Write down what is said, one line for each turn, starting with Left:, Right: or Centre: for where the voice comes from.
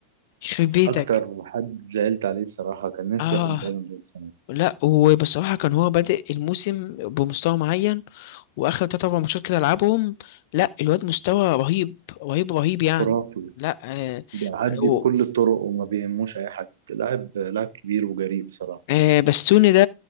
Left: يخرب بيتك
Right: اكتر حد زعلت عليه بصراحة كان نفسي
Left: اه
Right: ياخد بالون دور السنة دي.
Left: لا وبصراحة كان هو بادئ الموسم بمستوى معين واخر تلات اربع ماتشات كده لعبهم لا الواد مستوى رهيب رهيب رهيب يعني
Right: خرافي
Left: لا آه
Right: بيعدي
Left: و-
Right: بكل الطرق وما بيهموش اي حد لاعب لاعب كبير وجريء بصراحة
Left: آه بستوني ده